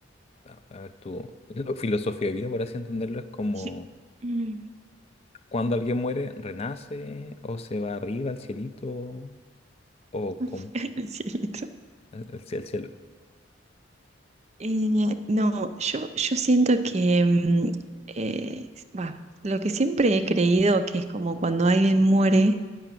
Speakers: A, on the left (about 30°); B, on the right (about 35°).
A: a a ver, tu <laughs> filo- filosofía de vida, por así entenderlo, es como
B: <laughs> Mm.
A: cuando alguien muere, renace o se va arriba al cielito o
B: <laughs>
A: como
B: El cielito.
A: el, el cielo. el cielo.
B: Eh, no, yo, yo siento que, mm, eh, bah, lo que siempre he creído que es como cuando alguien muere,